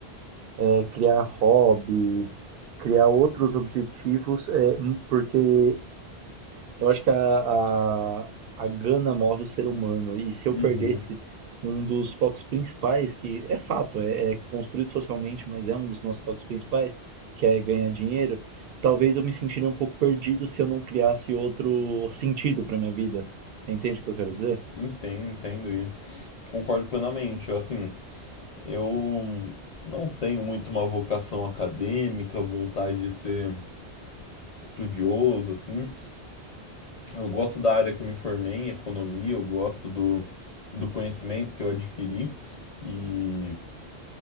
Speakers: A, on the right; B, on the left.
A: é, criar hobbies, criar outros objetivos, é, hum, porque eu acho que a, a, a gana move o ser humano. E se eu
B: Uhum,
A: perdesse um dos focos principais, que é fato, é, é construído socialmente, mas é um dos nossos focos principais, que é ganhar dinheiro, talvez eu me sentiria um pouco perdido se eu não criasse outro sentido para minha vida. Você entende o que eu quero dizer?
B: entendo, entendo e concordo plenamente, eu, assim... Eu não tenho muito uma vocação acadêmica, vontade de ser estudioso, assim. Eu gosto da área que eu me formei em economia, eu gosto do, do conhecimento que eu adquiri e